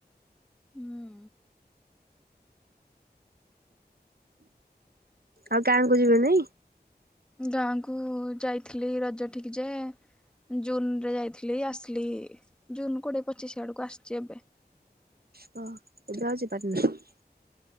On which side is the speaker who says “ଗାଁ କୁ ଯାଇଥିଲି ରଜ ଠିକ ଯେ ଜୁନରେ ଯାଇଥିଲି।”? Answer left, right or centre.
Centre